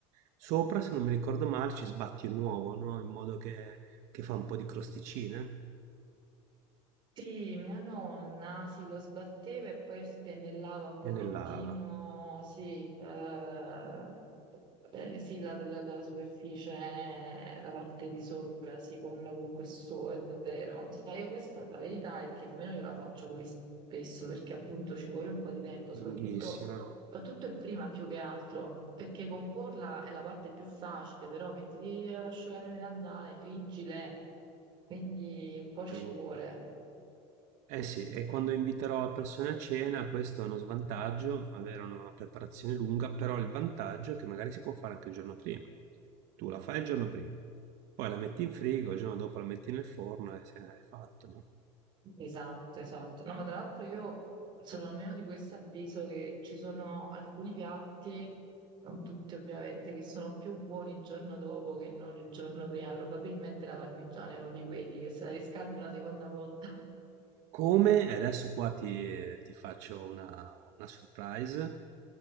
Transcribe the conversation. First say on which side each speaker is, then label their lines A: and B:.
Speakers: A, on the right; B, on the right.
A: sopra, se non mi ricordo male, ci sbatti un uovo, no? In modo che, che fa un po' di crosticina
B: Sì, mia nonna, sì, lo sbatteva e poi spennellava un pochettino,
A: e ne lava.
B: sì, eh, eh, sì, la, la- la superficie, eh, la parte di sopra, sì, con, con questo, è vero. Sai, io questa la verità è che nemmeno io la faccio così spesso, perché appunto ci vuole un po' di tempo, soprattutto,
A: Lunghissima.
B: soprattutto il prima più che altro, perché comporla è la parte più facile, però mettiti ad asciugare le melanzane, friggile, quindi un po'
A: È
B: ci
A: lunga.
B: vuole.
A: Eh sì, e quando inviterò persone a cena, questo è uno svantaggio, avere una preparazione lunga, però il vantaggio è che magari si può fare anche il giorno prima. Tu la fai il giorno prima, poi la metti in frigo, il giorno dopo la metti nel forno e se ne hai fatto, no?
B: Esatto, esatto. No, ma tra l'altro io sono almeno di questo avviso che ci sono alcuni piatti, non tutti ovviamente, che sono più buoni il giorno dopo che non il giorno prima. Probabilmente la parmigiana è uno di quelli che se la riscaldi una seconda volta <laughs>
A: Come e adesso qua ti ti faccio una una surprise,